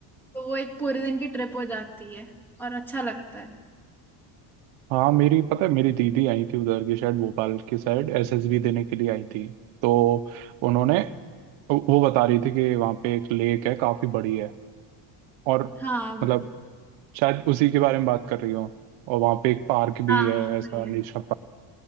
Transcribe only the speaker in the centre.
तो वो एक पूरे दिन की ट्रिप हो जाती है और अच्छा लगता है
हाँ
हाँ
हाँ वही
है